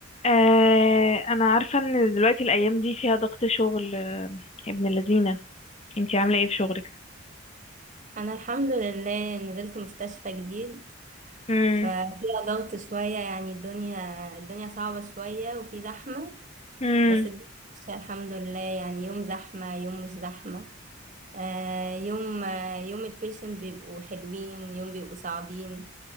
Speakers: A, on the left; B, on the right.
A: آه انا عارفه ان دلوقتي الايام دي فيها ضغط شغل آه، يا ابن اللذينه انتي عامله ايه في شغلك
B: انا الحمد لله نزلت مستشفى جديد
A: امم
B: ففيها ضغط شوية يعني الدنيا الدنيا صعبة شوية وفي زحمة
A: امم
B: بس الدنيا ماشية الحمد لله يعني يوم زحمة يوم مش زحمة آه، يوم آه، يوم البيشنت بيبقوا حلوين يوم بيبقوا صعبين